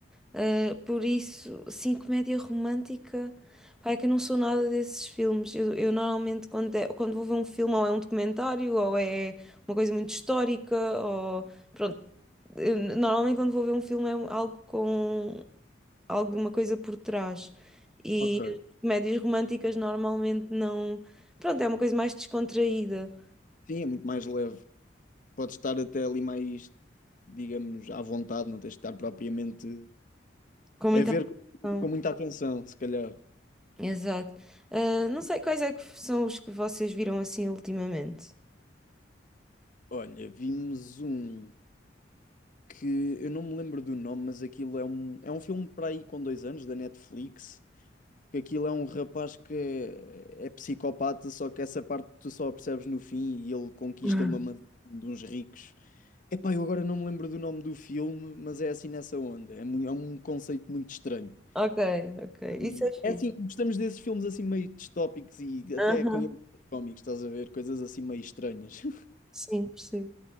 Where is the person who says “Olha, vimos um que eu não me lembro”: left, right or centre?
Left